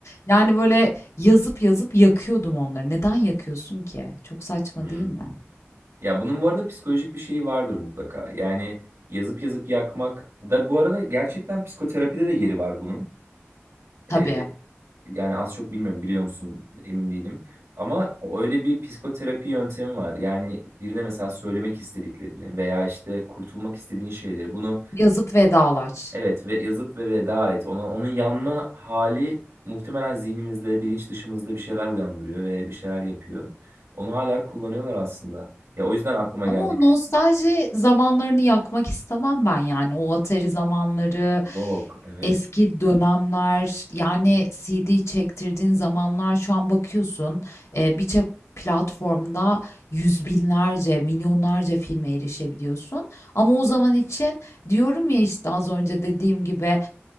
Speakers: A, on the left (about 85°); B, on the right (about 85°).
A: Yani, böyle, yazıp yazıp yakıyordum onları. Neden yakıyorsun ki? Çok saçma
B: Hmm.
A: değil mi?
B: Ya bunun bu arada psikolojik bir şeyi vardır mutlaka. Yani yazıp yazıp yakmak da bu arada gerçekten psikoterapide de yeri var bunun.
A: Tabii,
B: E, yani az çok bilmiyorum biliyor musun emin değilim. Ama öyle bir psikoterapi yöntemi var. Yani birine mesela söylemek istediklerini veya işte kurtulmak istediğin şeyleri bunu
A: yazıp vedalaş.
B: evet ve yazıp ve veda et. Ona, onun yanma hali muhtemelen zihnimizde, bilinç dışımızda bir şeyler uyandırıyor ve bir şeyler yapıyor. Onu hala kullanıyorlar aslında. Ya o yüzden aklıma
A: Ama
B: geldik.
A: o nostalji zamanlarını yakmak istemem ben yani. O Atari zamanları,
B: Yok, evet.
A: eski dönemler, yani CD çektirdiğin zamanlar şu an bakıyorsun e, birçok platformda yüz binlerce, milyonlarca filme erişebiliyorsun. Ama o zaman için diyorum ya işte az önce dediğim gibi